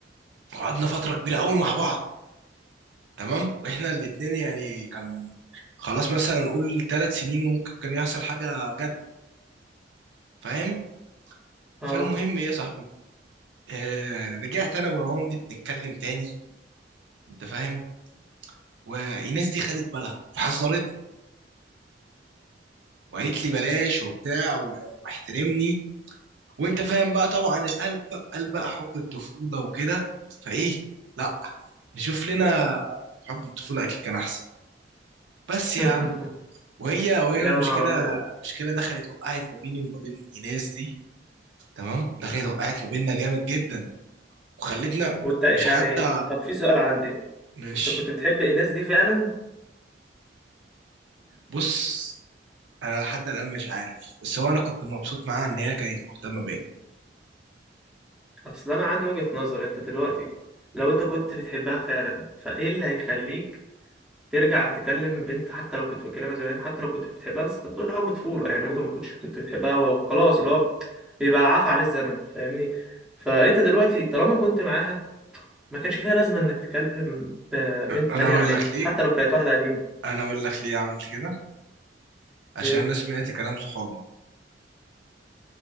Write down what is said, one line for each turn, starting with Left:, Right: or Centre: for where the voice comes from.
Right: قعدنا فتره كبيره قوي مع بعض تمام واحنا الاتنين يعني كان خلاص مثلا نقول ثلاث سنين وممكن كان يحصل حاجة جد فاهم
Centre: اه
Right: فالمهم ايه يا صاحبي آه رجعت انا وروان دي بنتكلم تاني انت فاهم وايناس دي خدت بالها فحذرتني وقالت لي بلاش وبتاع و- واحترمني وانت فاهم بقى طبعا القلب قلب بقى حب الطفولة وكده فايه لا نشوف لنا حب الطفولة اكيد كان احسن بس يا
Centre: <laughs>
Right: عم وهي وهي
Centre: يا
Right: المشكلة
Centre: نهار ابيض
Right: المشكلة دخلت وقعت ما بيني وما بين ايناس دي تمام دخلت وقعت ما بيننا جامد جدا وخلتنا
Centre: وانت يعني
Right: مش حتى
Centre: طب في سؤال عندي
Right: مش
Centre: انت كنت بتحب الناس دي فعلا؟
Right: بص انا لحد الان مش عارف بس هو انا كنت مبسوط معاها ان هي كانت مهتمه بيا
Centre: اصل انا عندي وجهة نظر انت دلوقتي لو انت كنت بتحبها فعلا فايه اللي هيخليك ترجع تكلم بنت حتى لو كنت بتكلمها زمان حتى لو كنت بتحبها بس انت بتقول حب طفولة يعني ممكن ما كنتش كنت بتحبها وخلاص اللي هو بيبقى عفى عليه الزمن فاهمني فانت دلوقتي طالما كنت معاها ما كانش ليها لازمة انك تكلم آه، بنت
Right: انا
Centre: تانية
Right: اقول
Centre: عليها
Right: لك ليه
Centre: حتى لو كانت واحدة قديمة
Right: انا اقول لك ليه عملت كده عشان
Centre: ليه
Right: انا سمعت كلام صحابي